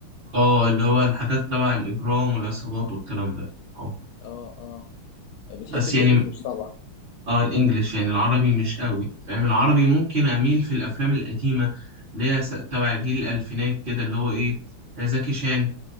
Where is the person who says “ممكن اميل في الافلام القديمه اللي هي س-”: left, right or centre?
Right